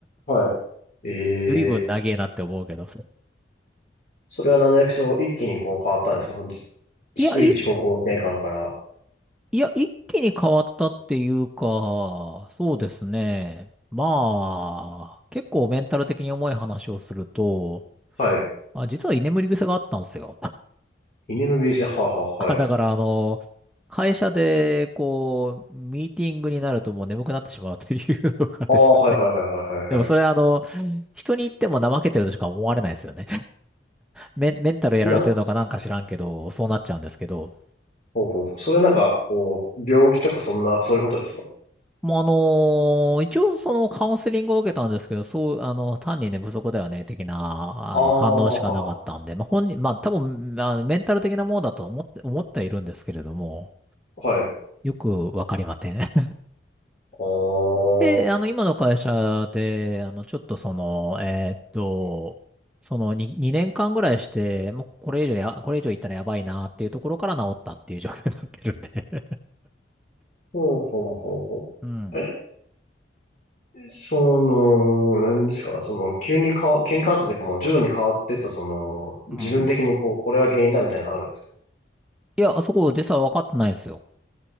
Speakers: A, on the left; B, in the centre.
A: はい。
B: ずいぶん長えなって思うけど。
A: ええそれはなんでそう一気にこう変わったんですかその低い自己肯定感から。
B: いや、い、いや、一気に変わったっていうか、そうですね。まあ、結構メンタル的に重い話をすると、
A: はい。
B: あ、実は居眠り癖があったんですよ。
A: 居眠りリス、はいはいはい。
B: あ、だから、あの、会社で、こう、ミーティングになるともう眠くなってしまうというのがですね。
A: ああ、はいはいはいはいはいは
B: <laughs> でもそれはあの、うん人に言っても怠けてるとしか思われないですよね。メン、メンタルやられてるのかなんか知らんけど、
A: い。な、
B: そうなっちゃうんですけど。
A: ほうほうほう。それはなんか、こう、病気とかそんな、そういうことですか
B: もうあのー一応そのカウンセリングを受けたんですけど、そう、あの、単に寝不足だよね、的な、
A: ああ、
B: あの、反応しかなかったんで、
A: はは
B: まあ、本人、まあ、多分、まあのメンタル的なものだと思って、思ってはいるんですけれども、
A: ははい。ああ、
B: よくわかりません。
A: ほ
B: で、あの、今の会社で、あの、ちょっとその、えーっと、その2、に2年間ぐらいして、もうこれ以上や、これ以上いったらやばいなっていうところから治ったっていう状況になってるんで
A: うほうほうほう。
B: <laughs> うん。
A: え、その、何ですかその、急に変わ、急に変わったというか、もう徐々に変わってった、その、自分的にこう、
B: うん。
A: これが原因だみたいなのあるんですか
B: いや、そこ実は分かってないんですよ。